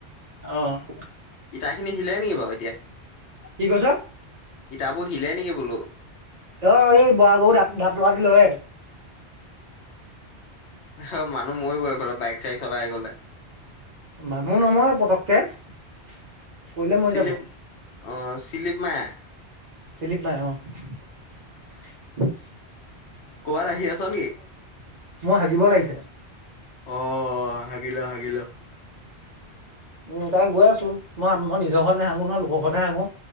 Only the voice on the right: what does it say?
অ'।
কি কৈছ?
অ' এই বুঢ়াগৰু দা- দাঁত লৰাদি লৰে।
মানুহ নমৰে পতককে। পৰিলে মৰি
যাব।
চিলিপ মাৰে অ'।
মই হাগিব লাগিছে।
উম, তা গৈ আছোঁ। মই- মই নিজৰ ঘৰত নাহাগো নহয়। লোকৰ ঘৰতহে হাগো